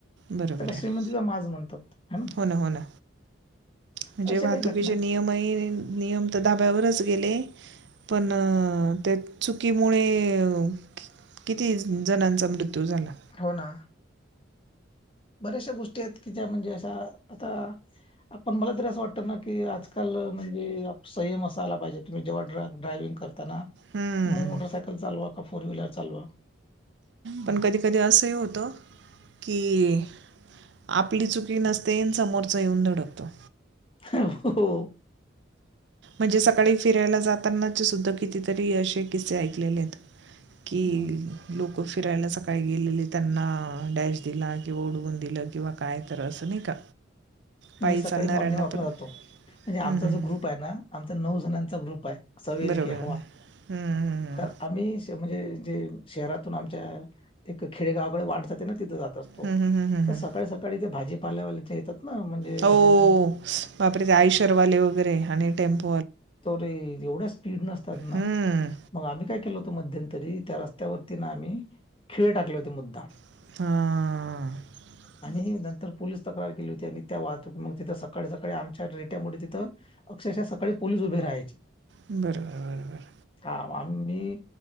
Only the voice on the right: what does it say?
बरोबर
आहे
ना.
हो हो ना. म्हणजे
वाहतुकीचे
नियमही नियम तर धाब्यावरच गेले. पण त्या चुकीमुळे-... किती जणांचा मृत्यू झाला.?
हं.
पण कधी कधी असंही होतं की.... आपली चुकी नसतेन समोरचं येऊन धडकतो.
म्हणजे सकाळी फिरायला जाताना सुद्धा कितीतरी असे किस्से ऐकलेले आहेत. कि
लोक फिरायला सकाळी गेलेले त्यांना. डॅश दिला किंवा उडवून दिलं किंवा काय तर असं नाही का. पायी
चालणाऱ्यांना
पण
हं, हं.
बरोबर
हं, हं, हं.
हं, हं, हं, हं,
हं.
हो
बापरेचे आयशरवाले वगैरे आणि टेम्प
हं.
हा.
बरोबर बरोबर.